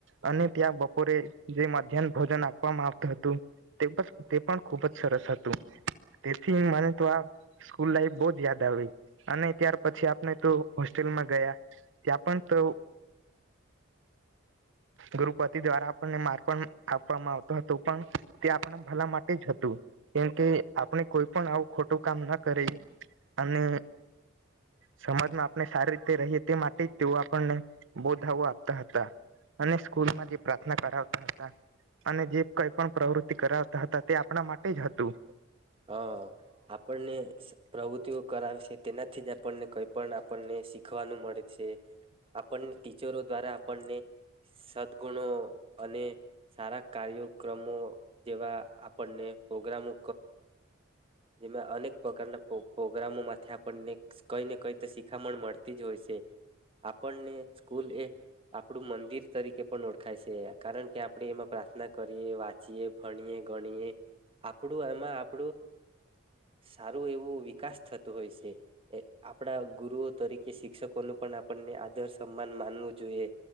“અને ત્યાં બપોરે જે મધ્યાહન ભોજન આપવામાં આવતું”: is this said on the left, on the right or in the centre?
Right